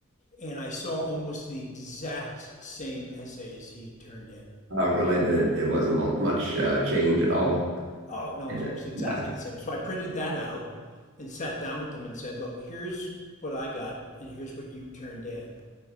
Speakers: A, on the left; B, on the right.
A: And I saw almost the exact same essay as he turned in.
B: Uh, related, it wasn't mu- much uh, change at all.
A: Oh, no,
B: in
A: it was
B: it?
A: almost exactly
B: No.
A: the same. So I printed that out and sat down with them and said, look, here's what I got and here's what you turned in.